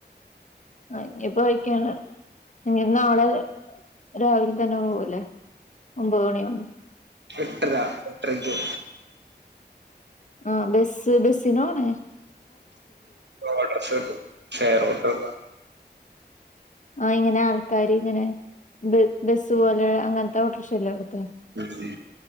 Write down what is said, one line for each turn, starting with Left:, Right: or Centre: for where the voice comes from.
Left: ആ ഇനിപ്പോ വൈക്കാണ് ഇനി നാളെ രാവിലെ തന്നെ പോവൂല്ലേ. ഒമ്പത് മണിയാവുമ്പം.
Right: എട്ടരാ എട്ടരയ്ക്ക്
Left: ആഹ് ബസ് ബസിനണെ.
Right: ഓടോർക്ഷട്ടും ഷെയറോട്ടട്ടും
Left: ആ ഇങ്ങനെ ആൾക്കാര് ഇങ്ങനെ ബ, ബസ്സ് പോലെ അങ്ങനത്തെ ഓട്ടോറിക്ഷല്ലെ അവിടുത്തെ.
Right: ഉം